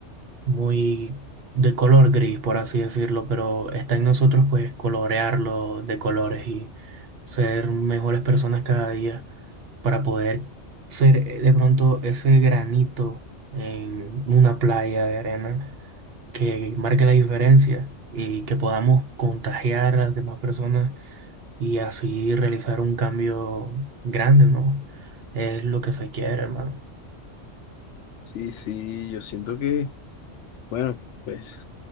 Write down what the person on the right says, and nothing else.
muy de color gris, por así decirlo, pero está en nosotros pues colorearlo de colores y ser mejores personas cada día para poder ser eh, de pronto ese granito en una playa de arena que marque la diferencia y que podamos contagiar a las demás personas y así realizar un cambio grande, ¿no? Es lo que se quiere, hermano.